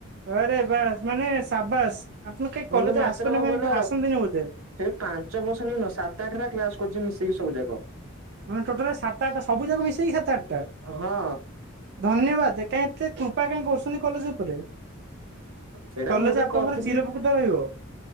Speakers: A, on the right; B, on the right.
A: ଆରେ ବାସ୍, ମାନେ ସାବାସ୍ ଆପଣ କେହି
B: ମୁଁ
A: କଲେଜ
B: ତ ମାତ୍ର
A: ଆସନ
B: କଣ
A: ମାନେ
B: କହିଲ
A: ଆସନ୍ତିନି ବୋଧେ?
B: ସେ ପାଞ୍ଚ ପର୍ସେଣ୍ଟ ନୁହଁ। ସେ ସାତ ଆଠ ଟା କ୍ଲାସ କରୁଛି ମିଶିକି ସବୁ ଯାକ।
A: ମାନେ ଟୋଟାଲ ସାତ ଆଠଟା ସବୁ ଯାକ ମିଶେଇକି ସାତ ଆଠଟା?
B: ହଁ
A: ଧନ୍ୟବାଦ କାହିଁ ଏତେ କୃପା କାଁଇ କହୁଛନ୍ତି କଲେଜ ଉପରେ?
B: ସେଟା
A: କଲେଜ
B: ମୁଁ ଟେ
A: ଆପଣଙ୍କର
B: କହିଲି।
A: ଚିରଉପକୃତ ରହିବ।